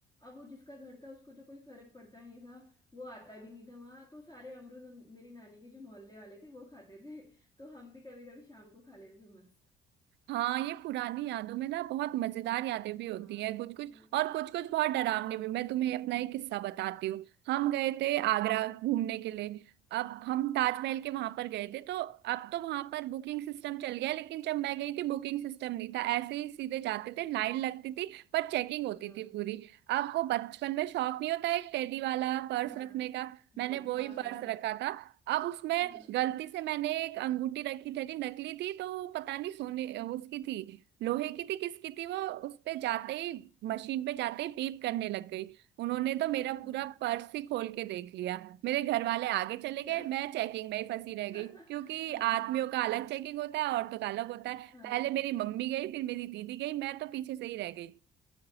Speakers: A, on the left (about 20°); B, on the right (about 65°).
A: अब वो जिसका घर था उसको तो कोई फर्क पड़ता नहीं था वो आता भी नहीं था वहां तो सारे अमरूद उन, मेरी नानी के जो मोहल्ले वाले थे वो खाते थे <laughs> तो हम भी कभी कभी शाम को खा लेते थे मस्त
B: हाँ ये पुरानी यादों में ना बहुत मजेदार यादें भी होती
A: हाँ
B: हैं कुछ कुछ
A: वही-
B: और कुछ कुछ बहुत डरावनी भी मैं तुम्हें अपना एक किस्सा बताती हूँ हम गए थे
A: हाँ
B: आगरा घूमने के लिए अब हम ताजमहल के वहां पर गए थे तो अब तो वहां पर बुकिंग सिस्टम चल गया है, लेकिन जब मैं गई थी बुकिंग सिस्टम नहीं था ऐसे ही सीधे जाते
A: अच्छा
B: थे लाइन लगती थी पर चेकिंग होती
A: हाँ
B: थी पूरी अब वो बचपन में शौक नहीं होता एक टेडी वाला पर्स
A: हाँ
B: रखने का मैंने
A: वही
B: वो
A: हाँ
B: ही
A: हाँ
B: पर्स
A: हाँ
B: रखा था अब उसमें
A: हाँ
B: गलती से मैंने एक अंगूठी रखी थी जी, नकली थी तो वो पता नहीं सोने उसकी थी लोहे की थी किसकी थी वो उस पे जाते ही मशीन पे जाते ही पीप करने लग गई उन्होंने तो मेरा
A: हाँ
B: पूरा पर्स ही खोल के देख लिया मेरे घर वाले आगे
A: अच्छा
B: चले गए मैं चेकिंग में ही फंसी रह
A: <laughs>
B: गई क्योंकि
A: हाँ
B: आदमियों का अलग चेकिंग होता है औरतों का अलग होता है
A: हाँ
B: पहले
A: हाँ।
B: मेरी मम्मी गई फिर मेरी दीदी गई मैं तो पीछे से ही रह गई